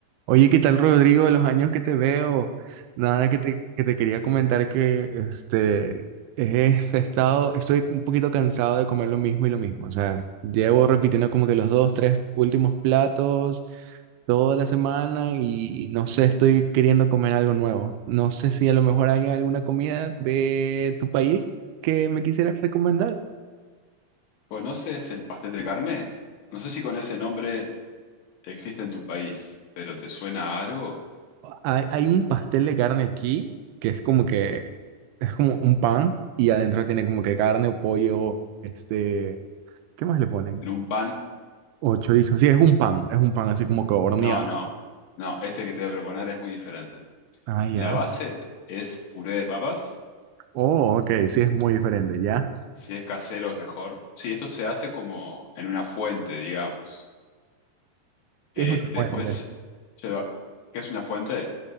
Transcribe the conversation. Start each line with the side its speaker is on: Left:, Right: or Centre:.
Right: Oye, ¿qué tal, Rodrigo? De los años que te veo, nada que te, que te quería comentar que este, he <laughs> estado, estoy un poquito cansado de comer lo mismo y lo mismo. O sea, llevo repitiendo como que los dos, tres últimos platos toda la semana y no sé, estoy queriendo comer algo nuevo. No sé si a lo mejor hay alguna comida de tu país que me quisieras recomendar.
Left: ¿Conoces el pastel de carne? No sé si con ese nombre existe en tu país, pero ¿te suena a algo?
Right: Hay, hay un pastel de carne aquí que es como que es como un pan y adentro tiene como que carne o pollo, este, ¿qué más le ponen?
Left: ¿En un pan?
Right: O chorizo. Sí, es un pan, es un pan así como que horneado.
Left: No, no, no, este que te voy a proponer es muy diferente.
Right: Ah, ya.
Left: La base es puré de papas,
Right: Oh, ok, sí es muy diferente, ¿ya?
Left: si es casero es mejor. Sí, esto se hace como en una fuente, digamos.
Right: ¿Qué
Left: Eh,
Right: es un
Left: después
Right: fuente?
Left: lleva... ¿Qué es una fuente?